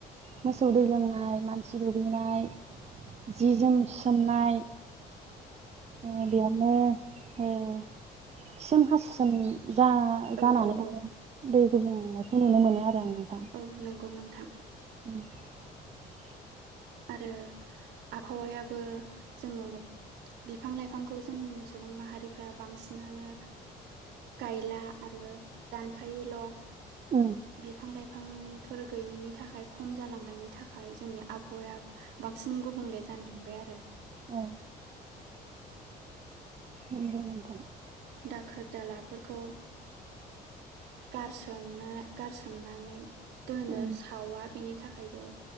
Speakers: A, on the right (about 40°); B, on the right (about 80°).
A: मोसौ दै लोंनाय मानसि दुगैनाय जि जोम सुसोमनाय ओ बेवनो ओ खिसोम हासुसोम जा
B: औ
A: जानानै
B: औ औ
A: दै गुबुंनायखौ नुनो मोनो आरो आं नोंथां।
B: औ नंगौ नोंथां
A: <unintelligible>
B: आरो आबहावायाबो जोङो बिफां लाइफांखौ जों सुबुं माहारिफ्रा बांसिनानो गायला आरो दानफायोल'
A: उम
B: बिफां लाइफां बिफांफोर गैयैनि थाखाय खम जालांनायनि थाखाय जोंनि आबहावाया बांसिन गुबुंले जानो हमबाय आरो।
A: औ नोंगौ नोंथां
B: दाखोर दालाफोरखौ गारसोमना गारसोमनानै दोनो
A: उम
B: सावा बिनि थाखायबो